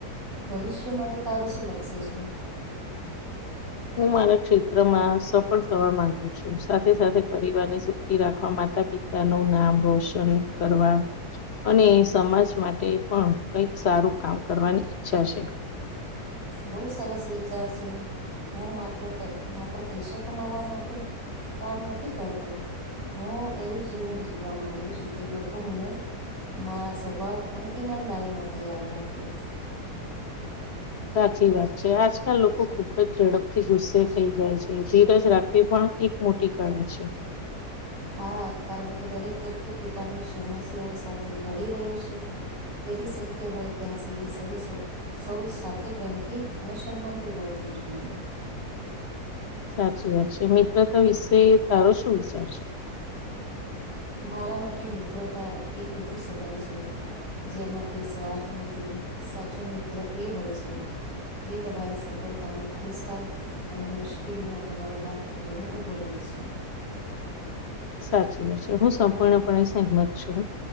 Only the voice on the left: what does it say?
હું મારા ક્ષેત્રમાં સફળ થવા માંગુ છું સાથે સાથે પરિવાર ને સુખી રાખવા માતા પિતા નું નામ રોશન કરવા. અને સમાજ માટે પણ કઈક સારું કામ કરવાની ઈચ્છા છે.
સાચી વાત છે આજકાલ લોકો ખુબ પછી ઝડપથી ગુસ્સે થઈ જાય છે ધીરજ રાખવી પણ એક મોટી કાળા છે.
સાચી વાત છે મિત્રતા વિશે તારો શું વિચાર છે.
સાચી વાત છે હું સંપૂર્ણપણે સહમત છું